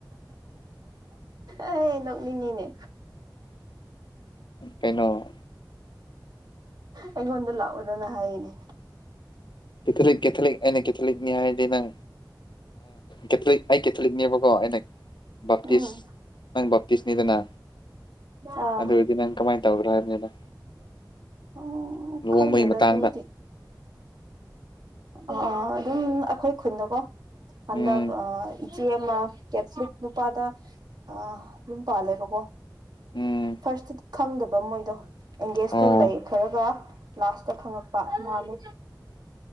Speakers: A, on the right; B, on the left.
A: ꯑꯦ ꯅꯣꯛꯅꯤꯡꯉꯦꯅꯦ
B: ꯀꯩꯅꯣ
A: ꯑꯩꯉꯣꯟꯗ ꯂꯥꯑꯣꯗꯅ ꯍꯥꯏꯌꯦꯅꯦ
B: ꯀꯦꯊꯣꯂꯤꯛ ꯀꯦꯊꯣꯂꯤꯛ ꯑꯩꯅ ꯀꯦꯊꯣꯂꯤꯛꯅꯤꯍꯥꯏꯔꯗꯤ ꯅꯪ ꯀꯦꯊꯂꯤꯛ ꯑꯩ ꯀꯦꯊꯂꯤꯛꯅꯦꯕꯀꯣ ꯑꯩꯅ ꯕꯥꯞꯇꯤꯁ
A: ꯎꯝ
B: ꯅꯪ ꯕꯥꯞꯇꯤꯁꯅꯤꯗꯅ
A: ꯑꯥ
B: ꯑꯗꯨ ꯑꯣꯏꯗꯤ ꯅꯪ ꯀꯃꯥꯏꯅ ꯇꯧꯒꯗꯔ ꯍꯥꯏꯕꯅꯤꯗ
A: ꯑꯣ
B: ꯂꯨꯍꯣꯡꯕꯒꯤ
A: ꯈꯪꯗꯦꯗ
B: ꯃꯇꯥꯡꯗ
A: ꯑꯗꯨꯗꯤ ꯑ ꯑꯗꯨꯝ ꯑꯩꯈꯣꯏ ꯈꯨꯟꯗꯀꯣ ꯍꯟꯗꯛ
B: ꯎꯝ
A: ꯑ ꯏꯆꯦ ꯑꯃ ꯀꯦꯊꯂꯤꯛ ꯅꯨꯄꯥꯗ ꯑ ꯌꯨꯝ ꯄꯥꯜꯂꯦꯕꯀꯣ
B: ꯎꯝ
A: ꯐꯥꯔꯁꯇ ꯈꯪꯗꯕ ꯃꯣꯏꯗꯣ ꯑꯦꯡꯒꯦꯖꯇꯣ
B: ꯑꯣ
A: ꯂꯩ ꯈꯔꯒ ꯂꯥꯁꯇ ꯈꯪꯉꯛꯄ ꯃꯥꯂꯦ